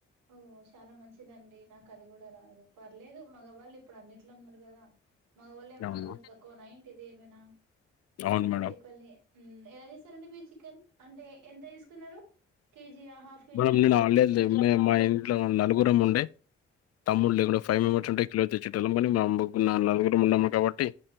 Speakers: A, on the right; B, on the left.
A: ఓ చాలా మంచిదండి నాకు అది కూడా రాదు పర్లేదు మగవాళ్ళు ఇప్పుడు అన్నిట్లో ఉన్నారు కదా మగవాళ్ళ ఏమనా
B: అవును
A: ఆడవాళ్ల తక్కువ నా ఏంటిది ఏమైనా
B: అవును
A: వాళ్ళు
B: మేడం
A: కూడా ఈక్వలే ఎలా చేస్తారండి మీరు చికెన్ అంటే ఎంత తీసుకున్నారు కేజీ ఆ హాఫ్ కేజీయా?
B: మేడమ్ నేను
A: పావు
B: హాలీడేస్
A: కేజీ?
B: లేవ్ మేడమ్ మా ఇంట్లో నలుగురం ఉండే తమ్ముళ్ళ కూడా ఫైవ్ మెంబర్స్ ఉంటే కిలో తెచ్చేట్టలం కాని మా ము నా నలుగురం ఉన్నాము కాబట్టి